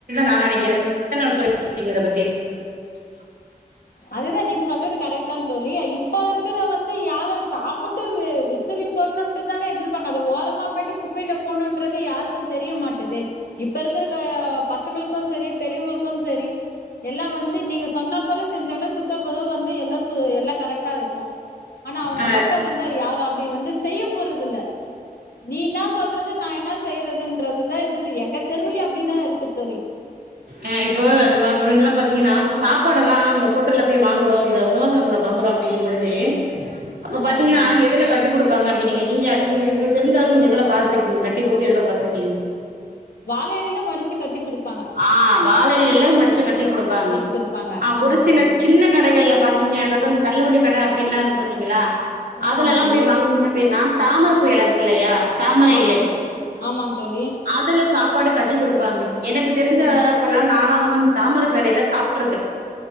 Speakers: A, on the right; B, on the left.
A: நான் நெனைக்கிறே நீங்க என்ன நெனைக்கிறீங்க இத பத்தி <unintelligible>
B: அதுதா நீங்க சொல்றது கரெக்ட் தா தோழி இப்ப இருக்குற வந்து யாரும் சாப்புட்டு விசிறி தூக்கி போட்னுன்ட்டு தானே எதிர்பாங்க அத ஓரமா போயிட்டு குப்பைல போட்னோன்றது யாருக் க்கு தெரிய மாட்டுதே இப்ப இருக்குற க பசங்களுக்கும் செரி பெரியவங்களுக்கும் செரி எல்லா வந்து நீங்க சொன்னா போல செஞ்சாங்னா சுத்த போதுவா வந்து எல்லா சு எல்லா கரெக்ட் கரெக்டா இருக்கு ஆனா அவுங்க
A: ஆ
B: மக்கள் வந்து யாரோ அப்டி வந்து செய்ய போறது இல்ல நீ இன்னா சொல்றது நா என்னா செய்யறதுன்றது தா இருக்குது எங்க தெருவுலேயே அப்டிதா இருக் கு தலிக்
A: அ இப்போ நம்மோ முண்ணாடியெல்லா பாத்தீங்கன்னா சாப்பாடெல்லா நம்ப ஹோட்டல்ல போய் வாங்குறோ இந்த உணவகங்கள்ல வாங்குறோ அப்டிங்கும் பொழுது அப்ப
B: ஆமா
A: பாத்தீங்கனா
B: தோழி
A: எதுல கட்டி குடுப்பாங்க அப்டினீங்க நீங்க நீங்க உங்க தெரிஞ்சாலு நீங்க எதுல பாத்திருக்கீங்க கட்டி குடுத்து எதுல பாத்திருக்கீங்க
B: வாழ எலையில மடிச்சி கட்டி குடுத்
A: ஆ வாழஇலையில மடிச்சி கட்டி குடுப்பாங்க
B: கட்டி குடுப்பாங்க
A: அ
B: ஆமாங்
A: ஒரு சில
B: தோழி
A: சின்ன கடைகள்ல பாத்தீங்க அந்த இத அந் தள்ளுவண்டி கட அப்டின்னா இருக்கு பாத்தீங்களா அதுல
B: ஆமாங்
A: எல்லாம்
B: தோழி
A: போய் வாங்கனீங்க அப்டின்னா தாமர பூ எல இருக்கு இல்லையா தாமரை
B: ஆமாங்
A: இலை
B: தோ ஆமாங் தோழி
A: அதுல சாப்பாடு கட் டி கொடுப்பாங்க எனக்கு தெரிஞ்சப்பல்லா
B: ம்
A: நா ல வந்து தாமரை பூ எலையில சாப்டிருக்கே